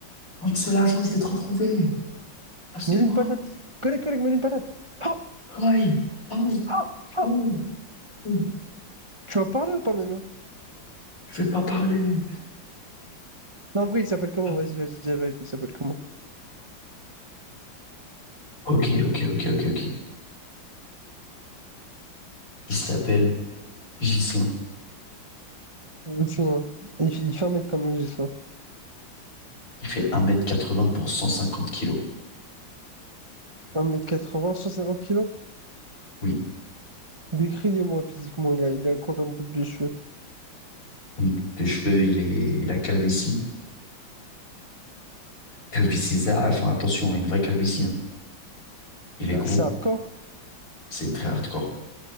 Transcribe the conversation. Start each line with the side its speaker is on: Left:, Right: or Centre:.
Left: Comme c'est l'agent, je vais te retrouver. Lâchez-moi.
Right: Mets-lui une patate. Collègue, collègue, mets-lui une patate. Ah,
Left: Aïe, aïe,
Right: ah, ah.
Left: aïe, aïe. oui,
Right: Tu vas parler ou pas maintenant?
Left: Je vais pas parler.
Right: Non, après, il s'appelle comment?
Left: Ah,
Right: Vas-y, vas-y, dis la vérité, il s'appelle comment?
Left: Ok, ok, ok, ok, ok. Il s'appelle Ghislain.
Right: Gislain. Il, fait- il fait 1m comme un Gislain.
Left: Il fait un mètre quatre 80 pour 150 kilos.
Right: un mètre quatre-vingts cent cinquante kilos?
Left: Oui.
Right: Décris-les-moi physiquement, il a, il a quoi comme coupe de cheveux?
Left: Comme De cheveux, il est, il a calvitie. Calvitie, ça, enfin, attention, hein, une vraie calvitie. hein. Il est
Right: Ah,
Left: gros.
Right: C'est hardcore?
Left: C'est très hardcore.